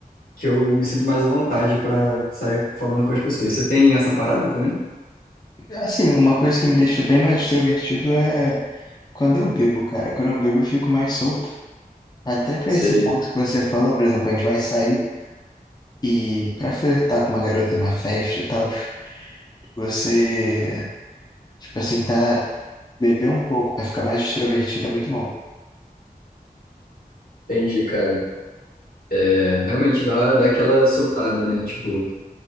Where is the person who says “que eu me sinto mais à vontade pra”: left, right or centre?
Left